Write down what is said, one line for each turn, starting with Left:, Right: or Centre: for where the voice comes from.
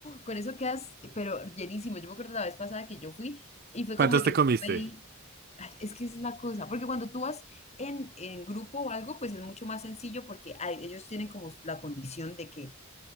Left: con eso quedas, pero llenísimo. Yo me acuerdo la vez pasada que yo fui y fue
Right: ¿Cuántos
Left: como de
Right: te
Left: que
Right: comiste?
Left: yo pedí Ay, Es que esa es la cosa, porque cuando tú vas en, en grupo o algo, pues es mucho más sencillo porque ay, ellos tienen como la condición de que